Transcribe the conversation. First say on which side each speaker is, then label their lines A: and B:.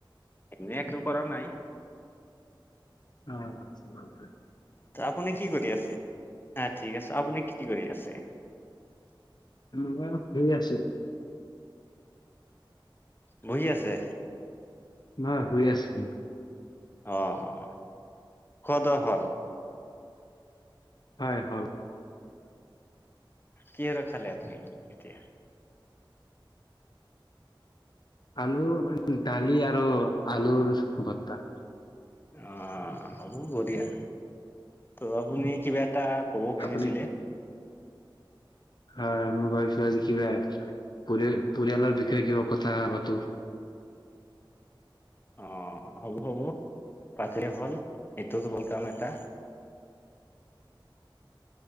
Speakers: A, on the left (about 25°); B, on the left (about 55°).
A: এনেই একো কৰা নাই।
B: অ <unintelligible>
A: আপুনি কি কৰি আছে? হা ঠিক আছে আপুনি কি কৰি আছে?
B: মই শুই আছো।
A: বহি আছে।
B: নহয় শুই আছো।
A: অ', খোৱা দোৱা হ'ল?
B: হয় হ'ল।
A: কিহেৰে খালে‌ আপুনি এতিয়া?
B: আলু, দালি আৰু আলুৰ ভৰতা।
A: অ', হব বঢ়িয়া ত' আপুনি কিবা এটা ক'ব খুজিছিলে
B: আপুনি হয়, মই ভাবিছো আজি কিবা পৰি-পৰিয়ালৰ বিষয়ে কিবা কথা পাতো <inaudible>
A: অ', 'হব হ'ব। পাতিলেই হ'ল এইটোতো ভাল কাম ‌এটা।
B: <inaudible>